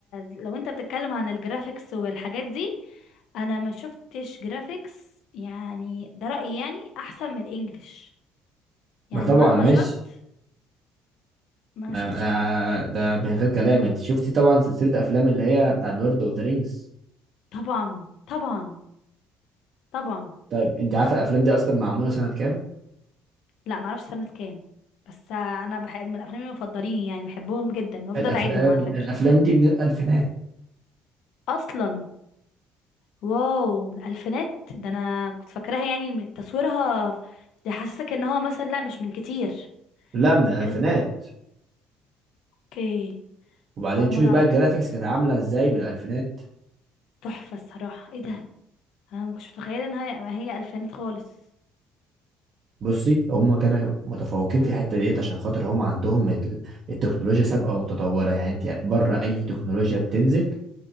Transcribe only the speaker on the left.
لو انت بتتكلم عن الجرافيكس والحاجات دي انا ما شفتش جرافيكس يعني ده رأيي يعني احسن من الانجليش يعني
مهما
شفت ما شفتش
احسن من-
طبعا طبعا طبعا
لا ما اعرفش سنة كام بس انا بحب من افلامي المفضلين يعني بحبهم جدا وافضل
اعيدهم على فكرة
اصلا واو من الفينات ده انا كنت فاكراها يعني من تصويرها ده حاسسك ان هو مثلا لا مش من كتير
حاسس اوكي
أنا اول
مره
اعرف
تحفه الصراحه ايه ده انا ما كنتش متخيله ان هي ما هي الفينات خالص